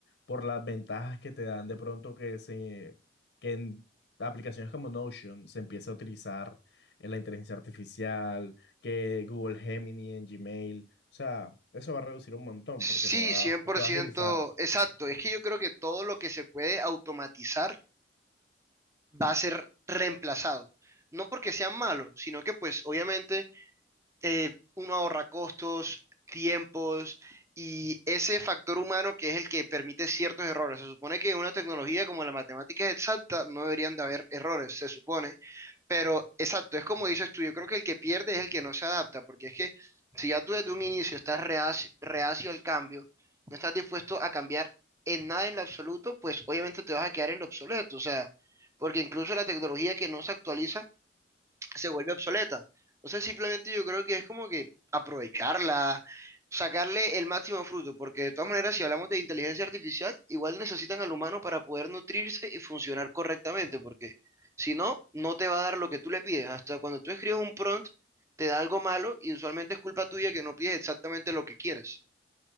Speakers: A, on the left (about 70°); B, on the right (about 15°).
A: por las ventajas que te dan de pronto que se que en aplicaciones como Notion se empiece a utilizar en la inteligencia artificial, que Google Gemini en Gmail, o sea, eso va a reducir un montón
B: Sí,
A: porque te va,
B: cien por
A: te va
B: ciento,
A: a agilizar.
B: exacto. Es que yo creo que todo lo que se puede automatizar va a ser reemplazado. No porque sean malos, sino que pues obviamente eh, uno ahorra costos, tiempos y ese factor humano que es el que permite ciertos errores. Se supone que en una tecnología como la matemática exacta no deberían de haber errores, se supone, pero exacto, es como dices tú, yo creo que el que pierde es el que no se adapta, porque es que si ya tú desde un inicio estás reacio, reacio al cambio, no estás dispuesto a cambiar en nada en lo absoluto, pues obviamente te vas a quedar en lo obsoleto, o sea, porque incluso la tecnología que no se actualiza, se vuelve obsoleta. O sea, simplemente yo creo que es como que aprovecharla, sacarle el máximo fruto, porque de todas maneras, si hablamos de inteligencia artificial, igual necesitan al humano para poder nutrirse y funcionar correctamente, porque si no, no te va a dar lo que tú le pides. Hasta cuando tú escribes un prompt, te da algo malo y usualmente es culpa tuya que no pides exactamente lo que quieres.